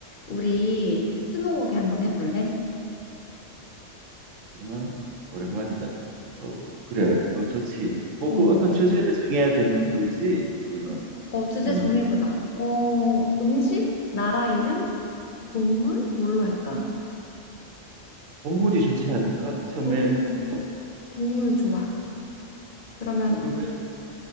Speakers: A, on the left; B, on the right.
A: 우리 스무고개 한번 해볼래?
B: 정말 오랜만이다. 어, 그래, 뭐 좋지. 뭐
A: 어,
B: 그 어떤 주제를 정해야 되는 거지. 그거는
A: 어, 주제
B: 먼저
A: 정해보자. 어, 음식, 나라 이름, 동물, 뭘로 할까?
B: 동물이 좋지 않을까? 처음에
A: 동,
B: 어,
A: 동물 좋아. 그러면
B: 그러면